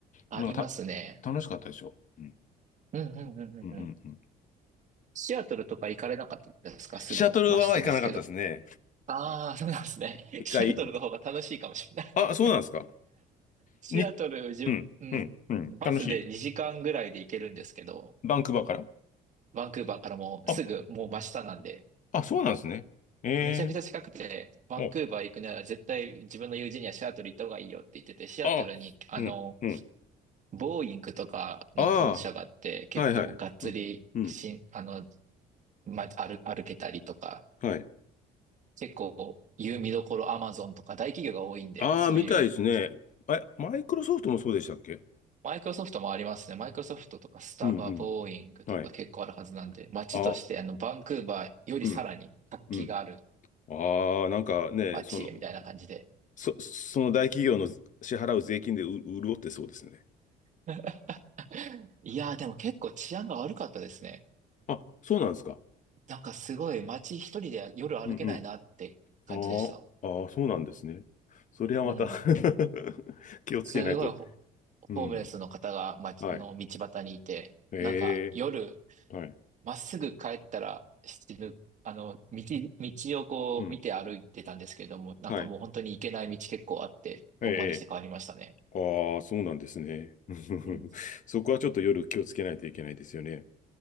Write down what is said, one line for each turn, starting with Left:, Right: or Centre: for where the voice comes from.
Right: ありますね。
Left: なんかた、楽しかったでしょ。うん、
Right: うんうんうんうんうん。
Left: うん、うん。うん
Right: シアトルとか行かれなかったですかすぐ真下ですけど。
Left: シャトルは行かなかったですね。
Right: ああ、
Left: い
Right: そうなんですね。<laughs>
Left: 一回。
Right: シアトルの方が楽しいかもしれない
Left: あ、そうなんですか。
Right: シアトル、
Left: 日
Right: 自分、
Left: うん、うん、うん。
Right: うん、バスで2時間ぐらいで行けるんですけど、
Left: 楽しい。バンクーバーから。
Right: バンクーバーからもうすぐもう真下なんで、
Left: あ、あ、そうなんですね。え
Right: めちゃくちゃ近くて、バンクーバー行くなら絶対自分の友人にはシアトル行った方がいいよって言ってて、
Left: えお、
Right: シアトルに、
Left: あ、
Right: あの、
Left: うん、うん。
Right: ボーイングとかの本社があって、
Left: あ
Right: 結構がっつりしん、
Left: あ、はいはい。うん、うん、
Right: あの、ま、歩、歩けたりとか、
Left: はい。
Right: 結構、有見どころアマゾンとか大企業が多いんで、
Left: ああ、
Right: そういう
Left: みたいですね。え、マイクロソフトもそうでしたっけ
Right: マイクロソフトもありますね。マイクロソフトとかスタバ、
Left: うん、う
Right: ボーイングとか結構あるはずなんで、
Left: ん。はい。
Right: 街としてあのバンクーバーよりさらに活気がある
Left: あ、うん、うん。ああ、なんかね、
Right: 街みたいな感じで。
Left: その、そ、その大企業の支払う税金でう潤ってそうですね。
Right: <laughs> いやーでも結構治安が悪かったですね。
Left: あ、そうなんですか。
Right: なんかすごい街一人で夜歩けないなって感じでした。
Left: うんうん。あああー、そうなんですね。それはまた
Right: うん。
Left: <laughs> 気をつけないと
Right: すごいホ、
Left: うん。
Right: ホームレスの方が街の道端にいて、
Left: はい。ええ
Right: なんか夜
Left: はい。
Right: まっすぐ帰ったら死ぬ、あの、道、道をこう見て歩いてたんですけれども、
Left: うん。
Right: なんかもう本当に行けない道結構あって、
Left: はい。ええええ
Right: 遠回りして帰りましたね。
Left: ああそうなんですね。<laughs>
Right: うん。
Left: そこはちょっと夜気をつけないといけないですよね。